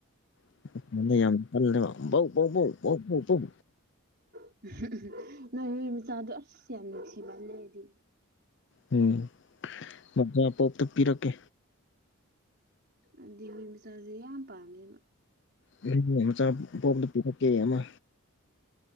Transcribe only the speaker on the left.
<unintelligible> ꯗꯣ ꯌꯥꯝ ꯀꯜꯂꯦꯕ ꯕꯧ ꯕꯧ ꯕꯧ ꯕꯧ ꯕꯧ ꯕꯧ
ꯎꯝ ꯃꯆꯥ ꯄꯣꯛꯇꯣ ꯄꯤꯔꯛꯀꯦ
<unintelligible> ꯃꯆꯥ ꯄꯣꯝꯄꯗꯣ ꯄꯤꯔꯛꯀꯦ ꯑꯃ